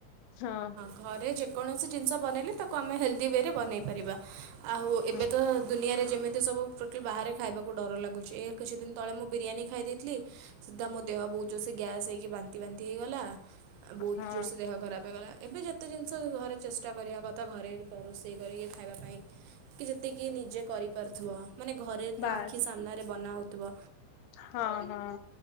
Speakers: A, on the left; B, on the right.
A: ହଁ।
B: ଘରେ ଯେକୌଣସି ଜିନିଷ ବନେଇଲେ, ତାକୁ ଆମେ ହେଲ୍ଦି ୱେରେ ବନେଇ ପାରିବା। ଆଉ, ଏବେ
A: ହଁ
B: ତ ଦୁନିଆରେ ଯେମିତି ସବୁ ଟୋଟାଲି ବାହାରେ ଖାଇବାକୁ ଡର ଲାଗୁଛି। ଏ କିଛି ଦିନ ତଳେ ମୁଁ ବିରିୟାନୀ ଖାଇ ଦେଇଥିଲି। ସୁଦ୍ଧା ମୋ ଦେହ ବହୁତ ଜୋର୍‌ସେ ଗ୍ୟାସ୍ ହେଇକି ବାନ୍ତି ବାନ୍ତି ହେଇଗଲା, ଆଉ ବହୁତ
A: ହଁ
B: ଜୋର୍‌ସେ ଦେହ ଖରାପ ହେଇଗଲା। ଏବେ ଯେତେ ଜିନିଷ ଘରେ ଚେଷ୍ଟା କରିବା କଥା, ଘରେ ରୋଷେଇ କରିକି ଖାଇବା ପାଇଁ। କି ଯେତିକି ନିଜେ କରିପାରୁଥିବ। ମାନେ, ଘରେ ତା
A: ବାସ୍
B: ଆଖି ସାମ୍ନାରେ ବନା ହଉଥିବ।
A: ହଁ, ହଁ।